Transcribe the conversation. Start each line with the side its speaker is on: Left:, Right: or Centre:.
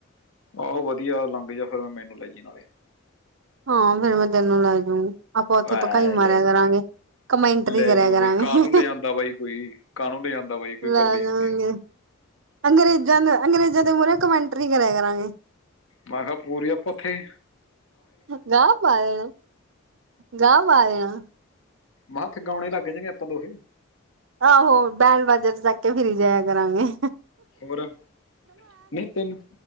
Left: ਆਹੋ ਵਧੀਆ ਲੰਘ ਜਾਵੇ ਫਿਰ, ਮੈਨੂੰ ਲੈ ਜੀ ਨਾਲੇ।
Right: ਹਾਂ ਫੇਰ ਮੈਂ ਤੈਨੂੰ ਲੈ ਜਊ, ਆਪਾਂ ਉੱਥੇ
Left: ਐ
Right: ਪਕਾਈ
Left: ਲੈ
Right: ਮਾਰਿਆ ਕਰਾਂਗੇ।
Left: ਜੂਗੀ
Right: ਕਮੈਂਟਰੀ
Left: ਲੈ
Right: ਕਰਿਆ
Left: ਜੋ
Right: ਕਰਾਂਗੇ,
Left: ਬਈ ਕਾਹਨੂੰ ਲੈ ਜਾਂਦਾ ਬਾਈ ਕੋਈ ਕਾਹਨੂੰ ਲੈ ਜਾਂਦਾ ਬਾਈ ਕੋਈ
Right: ਲੈ
Left: ਗੱਲ ਹੀ
Right: ਜਾਂਗੇ।
Left: ਹੁੰਦੀ ਆ
Right: ਅੰਗਰੇਜ਼ਾਂ ਦੇ ਅੰਗਰੇਜ਼ਾਂ ਦੇ ਮੂਹਰੇ ਕਮੈਂਟਰੀ ਕਰਿਆ ਕਰਾਂਗੇ।
Left: ਮੈਂ ਕਿਆ ਪੂਰੀਆਂ ਪੱਖੇ।
Right: ਨਾ ਪਾਇਆ, ਗਾ ਪਾਇਆ
Left: ਮੈਂਥ ਖਗਾਉਣੇ ਲੱਗ ਜਾਣਗੇ ਆਪਾਂ ਦੋਹੇ
Right: ਆਹੋ ਬੈਂਠ ਵਾਜੇ 'ਚ ਚਕ ਕੇ ਫਿਰੀ ਜਾਇਆ ਕਰਾਗੇ
Left: ਹੋਰ, ਨਹੀਂ ਤਿੰਨ,